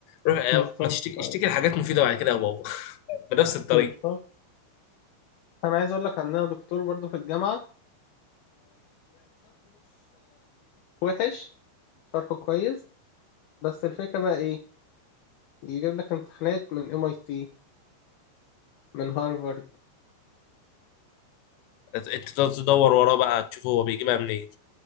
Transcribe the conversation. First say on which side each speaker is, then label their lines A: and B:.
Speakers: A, on the left; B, on the left.
A: روح اه،
B: بالظبط
A: ما تشتكي
B: أيوة.
A: اشتكي لحاجات مفيده بعد كده يا بابا <laughs> بنفس الطريقه
B: بالظبط أنا عايز أقول لك عندنا دكتور برضه في الجامعة آه، يعني شرحه مش وحش شرحه كويس بس الفكرة بقى ايه يجيب لك امتحانات من ام اي تي من هارفارد
A: انت تدور وراه بقى تشوف هو بيجيبها منين